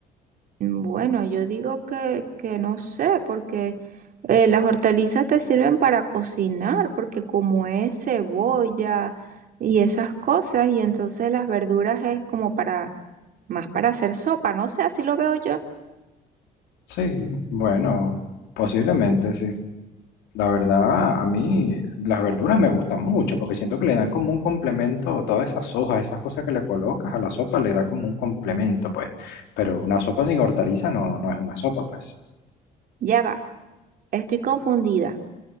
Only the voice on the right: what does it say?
Bueno, yo digo que, que no sé, porque... Eh, las hortalizas te sirven para cocinar, porque como es cebolla y esas cosas, y entonces las verduras es como para, más para hacer sopa, no sé, así lo veo yo.
Ya va, estoy confundida.